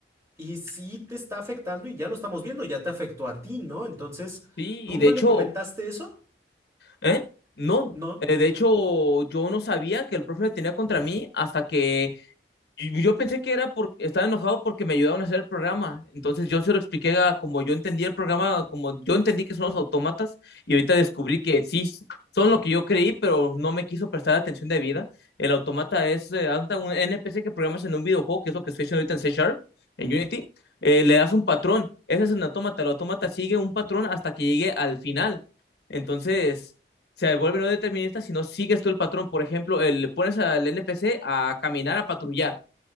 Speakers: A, on the right (about 15°); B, on the left (about 70°).
A: Y sí te está afectando y ya lo estamos viendo, ya te afectó a ti, ¿no? Entonces,
B: Sí,
A: ¿tú
B: y
A: no
B: de hecho,
A: le comentaste eso?
B: ¿eh? No.
A: No.
B: Eh, de hecho, yo no sabía que el profe tenía contra mí hasta que Y yo pensé que era porque estaba enojado porque me ayudaron a hacer el programa. Entonces yo se lo expliqué a como yo entendía el programa, como yo entendí que son los autómatas, y ahorita descubrí que sí s- son lo que yo creí, pero no me quiso prestar atención de vida. El automata es eh, anda un NPC que programas en un videojuego, que es lo que estoy haciendo ahorita en C Sharp, en Unity. eh, le das un patrón. Ese es un autómata. El autómata sigue un patrón hasta que llegue al final. Entonces se vuelve no determinista si no sigues tú el patrón. Por ejemplo, eh, le pones al NPC a caminar, a patrullar.